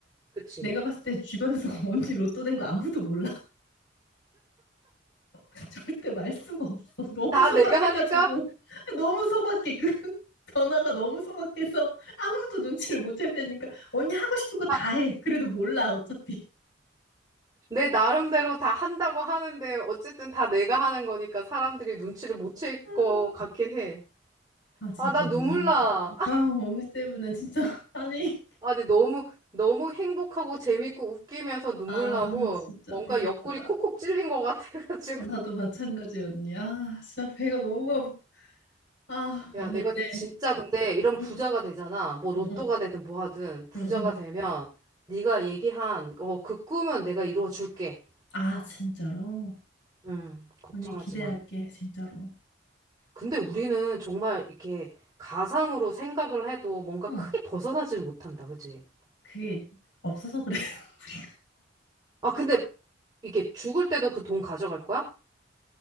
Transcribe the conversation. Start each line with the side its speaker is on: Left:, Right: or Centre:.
Right: 그치?
Left: 내가 봤을 때 주변에서 <laughs> 언니 로또 된 거 아무도 몰라. <laughs> 절대 말 수가 없어. 너무
Right: 다
Left: 소박해가지고
Right: 내가 하니까
Left: <laughs> 너무 소박해. 그 <laughs> 변화가 너무 소박해서 아무도 눈치를 못챌 테니까 언니 하고 싶은 거
Right: 아,
Left: 다 해. 그래도 몰라 어차피.
Right: 내 나름대로 다 한다고 하는데 어쨌든 다 내가 하는 거니까 사람들이 눈치를 못챌
Left: 아,
Right: 것 같긴 해.
Left: 아 진짜
Right: 아, 나
Left: 너무
Right: 눈물 나.
Left: 웃긴다. 아 언니 때문에 진짜 <laughs> 아니
Right: 아, 근데 너무, 너무 행복하고 재밌고 웃기면서 눈물
Left: 아
Right: 나고
Left: 진짜
Right: 뭔가
Left: 배 아프다.
Right: 옆구리 콕콕 찔린 것 같아가지고.
Left: 나도
Right: <laughs>
Left: 마찬가지 언니. 아 진짜 배가 너무 아프. 아
Right: 야,
Left: 언니
Right: 내가
Left: 이제
Right: 진짜 근데 이런
Left: 응
Right: 부자가 되잖아. 뭐 로또가
Left: 응 응
Right: 되든 뭐 하든 부자가
Left: 응응.
Right: 되면 네가 얘기한 어, 그 꿈은 내가 이루어 줄게.
Left: 아 진짜로
Right: 음, 걱정하지
Left: 언니 기대할게
Right: 마.
Left: 진짜로.
Right: 근데 우리는 정말 이렇게 가상으로 생각을 해도 뭔가
Left: 응
Right: 크게 벗어나지는 못한다. 그지?
Left: 그게 없어서 그래. <laughs>
Right: 아, 근데 이게 죽을 때도 그 돈 가져갈 거야?